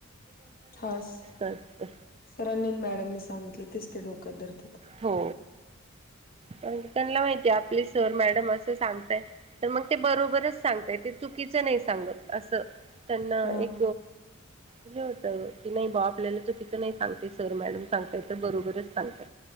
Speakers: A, on the left; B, on the right.
A: हा सर
B: असतं
A: अनिल मॅडमनी सांगितलं तेच ते डोक्यात धरते.
B: हो प त्यांना माहितीय आपले सर मॅडम असं सांगताय. तर मग ते बरोबरच सांगतय ते चुकीचं नाही सांगत असं. त्यांना
A: हा
B: एक
A: मग
B: हे होत की नाही बा आपल्याला चुकीचं नाही सांगते सर मॅडम सांगताय तर बरोबरच सांगतय.